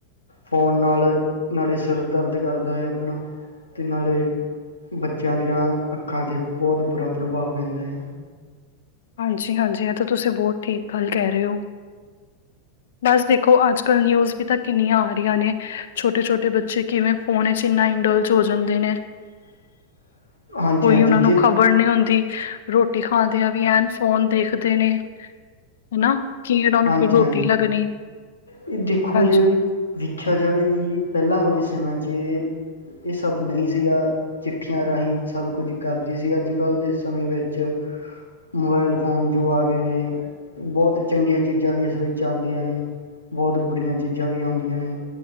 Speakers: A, on the left; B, on the left.
A: ਫੋਨ ਨਾਲ ਨਾਲੇ ਸਿਰ ਦਰਦ ਕਰਦਾ ਹੈ ਅਪਣਾ ਤੇ ਨਾਲੇ ਬੱਚਿਆਂ ਦੀਆਂ ਅੱਖਾਂ ਤੇ ਬਹੁਤ ਬੁਰਾ ਪ੍ਰਭਾਵ ਪੈਂਦਾ ਏ।
B: ਹਾਂਜੀ-ਹਾਂਜੀ ਇਹ ਤਾਂ ਤੁਸੀਂ ਬਹੁਤ ਠੀਕ ਗੱਲ ਕਹਿ ਰਹੇ ਹੋ। ਬਸ ਦੇਖੋ ਅੱਜ ਕੱਲ ਨਿਊਸ ਵੀ ਤਾਂ ਕਿੰਨੀਆਂ ਆ ਰਹੀਆਂ ਨੇ ਛੋਟੇ-ਛੋਟੇ ਬੱਚੇ ਕਿਵੇਂ ਫੋਨ ਚ ਇੰਨਾ ਇੰਡੋਲਸ ਹੋ ਜਾਂਦੇ ਨੇ।
A: <unintelligible>
B: ਕੋਈ ਉਹਨਾਂ ਨੂੰ
A: ਦੇ
B: ਖ਼ਬਰ ਨਹੀਂ ਹੁੰਦੀ ਰੋਟੀ ਖਾਦਿਆਂ ਵੀ ਐ। ਫੋਨ ਦੇਖਦੇ ਨੇ ਹਨਾ ਕੀ ਉਹਨਾਂ ਨੂੰ
A: ਹਾਂਜੀ-ਹਾਂਜੀ
B: ਫਿਰ ਰੋਟੀ ਲੱਗਣੀ।
A: ਇਹ ਦੇਖੋ ਜੇ
B: ਹਾਂਜੀ
A: ਵੇਖਿਆ ਜਾਵੇਗਾ ਕਿ ਜੀ ਪਹਿਲਾਂ ਵਾਲੇ ਸਮਿਆਂ 'ਚ। ਇਹ ਸਭ ਨਹੀਂ ਸੀਗਾ। ਚਿੱਠੀਆਂ ਰਾਹੀਂ ਸਭ ਕੁਝ ਕਰਦੀ ਸੀ ਅੱਜ ਕੱਲ ਦੇ ਸਮੇਂ ਵਿੱਚ ਮੋਬਾਇਲ ਫੋਨ ਜੋ ਆ ਗਏ ਨੇ ਬਹੁਤ ਚੰਗੀਆਂ ਚੀਜ਼ਾਂ ਵੀ ਇਸ ਵਿੱਚ ਆਦੀਆਂ ਨੇ। ਬਹੁਤ ਬੁਰੀਆਂ ਚੀਜ਼ਾਂ ਵੀ ਆਦੀਆਂ ਨੇ